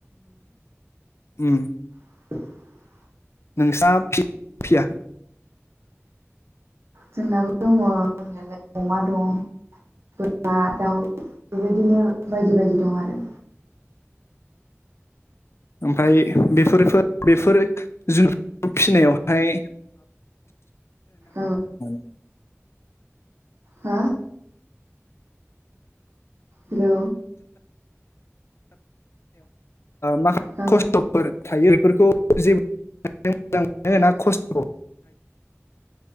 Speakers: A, on the left; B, on the right.
A: उ
B: <unintelligible>
A: नोंस्रा फिया
B: जोंनाबो दङं दंनायालाय अमा दं बोरमा दाउ बेबायदिनो बायदि बायदि दं आरो
A: ओमफ्राय बेफोरफोर बेफोर जुनुर फिसिनायावहाय
B: औ
A: <unintelligible>
B: हो हेलौ
A: माखासे
B: औ
A: खस्थ'फोर थायो आरो बेफोरखौ जेबो मोजां मोनो होना खस्थ'